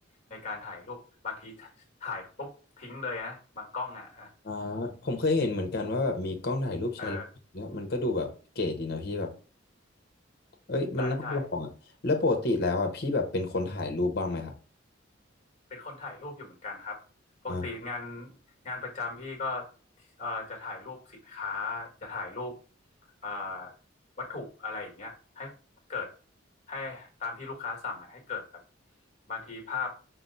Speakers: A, on the left; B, on the left.
A: ในการถ่ายรูปบางทีถ่ายปุ๊บทิ้งเลยนะบางกล้องอ่ะ
B: อ่าผมเคยเห็นเหมือนกันว่าแบบมีกล้องถ่ายรูปชายเลนส์เนี่ยมันก็ดูแบบเก๋ดีนะพี่แบบ
A: เออ
B: เอ้ยมันน่าลองอ่ะแล้วปกติแล้วอ่ะพี่แบบเป็นคนถ่ายรูปบ้างไหมครับ
A: ใช่ใช่ เป็นคนถ่ายรูปอยู่เหมือนกันครับปกติงาน
B: อ่า
A: งานประจำพี่ก็เอ่อจะถ่ายรูปสินค้าจะถ่ายรูปเอ่อวัตถุอะไรอย่างเงี้ยให้เกิดให้ตามที่ลูกค้าสั่งอะให้เกิดแบบบางทีภาพ